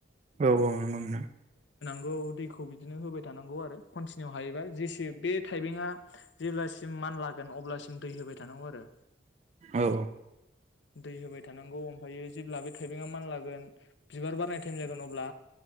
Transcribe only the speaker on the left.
औ नौ दैखौ बिदिनो होबाय थानांगौ आरो कनटिनिउ हायोबा जेसे बे थाइबंआ जेब्लासिम मान लागोन अब्लासिम दै होबाय थानांगौ आरो।
दै होबाय थानांगौ ओमफायायो जेब्ला बे थाइबें मान लागोन बिबार बारनाय टाइम जागोन अब्ला